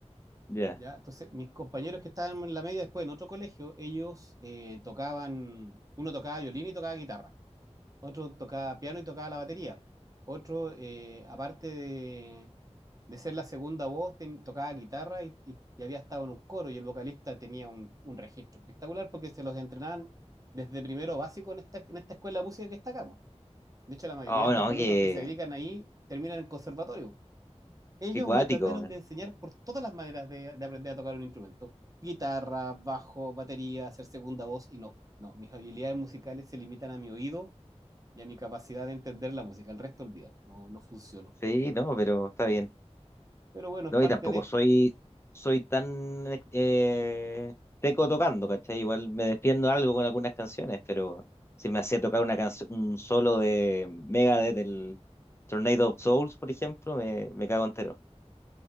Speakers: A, on the left; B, on the right.
A: Ya.
B: ¿Ya? Entonces, mis compañeros que estaban en la media después en otro colegio, ellos eh, tocaban, uno tocaba violín y tocaba guitarra. otro tocaba piano y tocaba la batería. Otro, eh, aparte de, de ser la segunda voz, ten- tocaba guitarra y, y- y había estado en un coro. Y el vocalista tenía un, un registro espectacular porque se los entrenaban desde primero básico en esta, en esta escuela de música que está acá, po. De hecho, la mayoría
A: Oh,
B: de
A: no,
B: los alumnos
A: que.
B: que se dedican ahí terminan en conservatorio. Ellos
A: Qué cuático,
B: me trataron
A: weón.
B: de enseñar por todas las maneras de, de aprender a tocar un instrumento. Guitarra, bajo, batería, hacer segunda voz y no, no, mis habilidades musicales se limitan a mi oído y a mi capacidad de entender la música. El resto olvídalo, no, no funcionó.
A: Sí, no, pero está bien.
B: Pero bueno, es
A: No,
B: parte
A: y tampoco
B: de.
A: soy, soy tan eh, teco tocando, ¿cachai? Igual me defiendo algo con algunas canciones, pero si me hacía tocar una canción, un solo de Megadeth, del Tornado of Souls, por ejemplo, me, me cago entero.